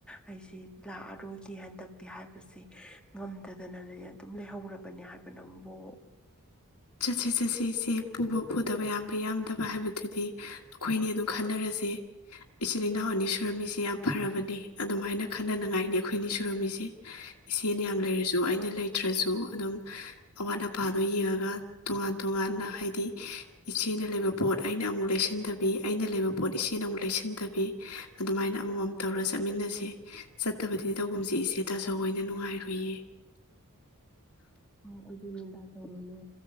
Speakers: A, in the centre; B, on the left (about 80°).
A: ꯑꯩꯁꯤꯦ ꯂꯥꯛꯑꯔꯣꯏꯒꯦ ꯍꯟꯗꯛꯇꯤ ꯍꯥꯏꯕꯁꯦ ꯉꯝꯗꯗꯅꯅꯦ ꯑꯗꯨꯝ ꯂꯩꯍꯧꯔꯕꯅꯦ ꯍꯥꯏꯕ ꯅꯪꯕꯨꯣ
B: ꯆꯠꯁꯤ ꯆꯠꯁꯤ ꯏꯁꯦ ꯄꯨꯕ ꯐꯨꯗꯕ ꯌꯥꯝꯕ ꯌꯥꯝꯗꯕ ꯍꯥꯏꯕꯗꯨꯗꯤ ꯑꯩꯈꯣꯏꯅꯤ ꯑꯗꯨꯝ ꯈꯟꯅꯔꯁꯦ ꯏꯆꯤꯜ ꯏꯅꯥꯎ ꯑꯅꯤ ꯁꯨꯔꯝꯃꯤꯁꯤ ꯌꯥꯝ ꯐꯔꯕꯅꯤ ꯑꯗꯨꯃꯥꯏꯅ ꯈꯟꯅꯅꯤꯡꯉꯥꯏꯅꯤ ꯑꯩꯈꯣꯏꯅꯤ ꯀ꯭ꯔꯣꯃꯤꯁꯤ ꯏꯆꯦꯅ ꯌꯥꯝ ꯂꯩꯔꯁꯨ ꯑꯩꯅ ꯂꯩꯇ꯭ꯔꯁꯨ ꯑꯗꯨꯝ ꯑꯋꯥꯠ ꯑꯄꯥ ꯑꯣꯏ ꯇꯣꯉꯥꯟ ꯇꯣꯉꯥꯟꯅ ꯍ ꯑꯃꯗꯤ ꯏꯆꯦꯅ ꯂꯩꯕ ꯄꯣꯠ ꯑꯩꯅ ꯑꯃꯨꯛ ꯂꯩꯁꯤꯟꯗꯕꯤ ꯑꯩꯅ ꯂꯩꯕ ꯄꯣꯠ ꯏꯆ ꯀꯦꯅ ꯑꯃꯨꯛ ꯂꯩꯁꯤꯟꯗꯕꯤ ꯑꯗꯨꯃꯥꯏꯅ ꯑꯃꯃꯝ ꯇꯧꯔ ꯆꯠꯃꯤꯟꯅꯁꯤ ꯆꯠꯇꯕꯗꯤ ꯇꯧꯐꯝꯨꯝꯁꯦ ꯏꯆꯦ ꯇꯆꯧꯣꯏꯅꯤ ꯅꯨꯡꯉꯥꯏꯔꯨꯏꯌꯦ
A: ꯍꯣꯏ ꯑꯗꯨꯦꯟꯗꯥ ꯇꯅꯦ